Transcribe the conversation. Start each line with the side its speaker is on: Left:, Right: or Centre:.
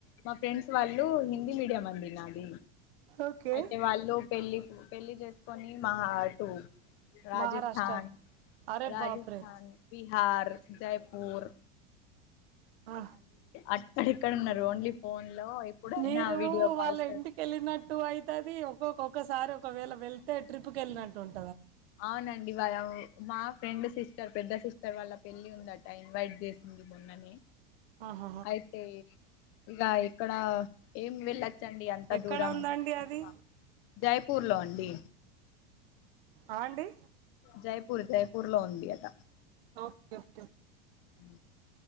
Left: మా ఫ్రెండ్స్ వాళ్ళు హిందీ మీడియం అండి నాది
Right: ఓకే
Left: అయితే వాళ్ళు పెళ్లి పెళ్లి చేసుకొని మహా టూ రాజస్
Right: మహారాష్ట్ర
Left: స్థాన్
Right: అరే
Left: రాజస్థన్
Right: బాప్రే
Left: బిహార్ జయపూర్
Right: ఆ
Left: అక్కడెక్కడ ఉన్నారు ఓన్లీ ఫోన్ లో ఎప్పుడైనా
Right: మీరు
Left: వీడియో కాల్స్
Right: వాళ్ళ ఇంటికేళ్ళినట్టు టూ అయితది ఒక్కొక్కొక్కసారి ఒకవేళ వెళ్తే ట్రిప్కి వెళ్ళినట్టు ఉంన్
Left: అవునండి వాళ్ళము మా ఫ్రెండ్ సిస్టర్ పెద్ద సిస్టర్ వాళ్ల పెళ్ళి ఉందట ఇన్వైట్ చేసింది మొన్ననే
Right: ఆహా
Left: అయితే ఏమి ఇక ఇక్కడ ఏం వెళ్ళచ్చండి అంత
Right: ఎక్కడ
Left: దూరం
Right: ఉందండి
Left: ఉహు
Right: అది
Left: ప జై పూర్లో అండి
Right: ఆ అండి
Left: జైపూర్ జైపూర్ లో ఉంది అట
Right: ఆ ఓకే ఒకే
Left: ఊ